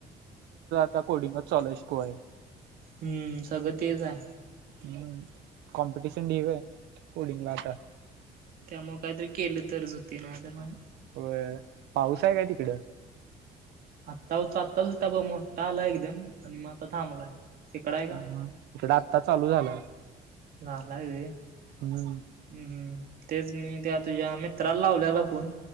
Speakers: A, on the right; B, on the right.
A: आत्ता कोडिंगच चालू आहे शिकवायला.
B: हम्म सगळं तेच आहे.
A: हम्म कॉम्पिटिशन <unintelligible> हाय कोडींगला आता.
B: त्यामुळे काहीतरी केलं तरच होती ना तर नाय.
A: होय, पाऊस आहे काय तिकडं?
B: आत्ता होता आत्ताच होता बघा मोठा आला एकदम आणि मग आता थांबलाय. तिकडं आहे का?
A: ह इकडे आता चालू झालंय.
B: <unintelligible>
A: हम्म.
B: ह् हम तेच मी त्या तुझ्या मित्राला लावलेला फोन.